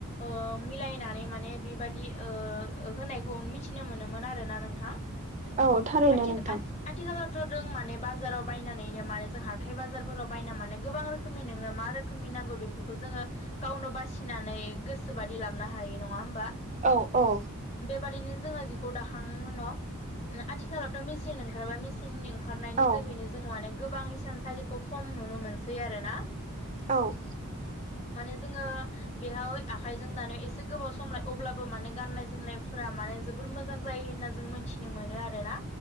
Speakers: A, on the left; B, on the right.
A: ओ मिलायनानै माने बिबादि ओ ओ होनायखौन मिथिनो मोनोमोन आरो ना नोंथां
B: औ थारैनो
A: आथिख
B: नोंथां
A: आथि आथिखालाव थ' जों माने बाजाराव बायनानैनो माने जों हाथाय बाजारफोराव बायना माने गोबां रोखोमनि नोंनो मा रोखोमनि नांगौ बेफोरखौ जोङो गावनो बासिनानै गोसोबादि लाबनो हायो नङा होमबा
B: औ औ
A: बादिनो जोङो जिखौ दाखां उनाव आथिखालावथ' मेचिन ओंखारबाय मेचिननि ओं खारनायनि
B: औ
A: जोहैनो जों माने गोबां हिसानसालिखौ खम नुनो मोनसै आरोना <unintelligible>
B: औ
A: माने जोङो बेहाव आखाइजों दानायाव एसे गोबाव सम लाय अब्लाबो माने गाननाय जोमनायफोरा माने जोबोर मोजां जायो होनना जों मिथिनो मोनो आरोना